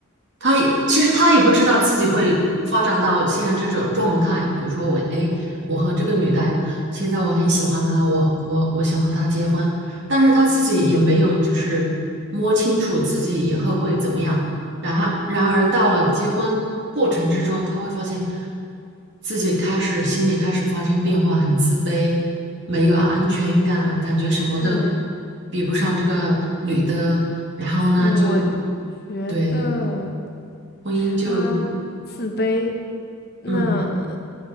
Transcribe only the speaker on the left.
对。
我
觉得
他自卑，那